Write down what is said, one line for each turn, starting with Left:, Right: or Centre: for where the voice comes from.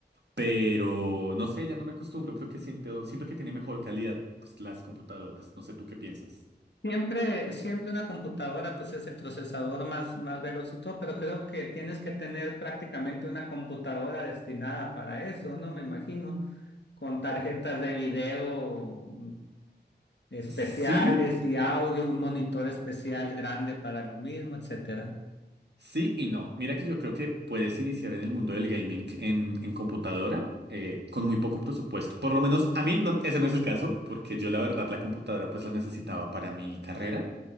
Right: Pero no sé, ya no me acostumbro. Creo que siento, siento que tiene mejor calidad pues, las computadoras. No sé tú qué piensas.
Left: Siempre, siempre una computadora pues es el procesador más, más veloz y todo, pero creo que tienes que tener prácticamente una computadora destinada para eso, ¿no? Me imagino, con tarjetas de video especiales
Right: Sí,
Left: y audio, un monitor especial grande para lo mismo, etcétera.
Right: Sí y no. Mira que yo creo que puedes iniciar en el mundo del gaming en, en computadora eh, con muy poco presupuesto. Por lo menos a mí no- ese no es el caso, porque yo la verdad la computadora pues la necesitaba para mi carrera,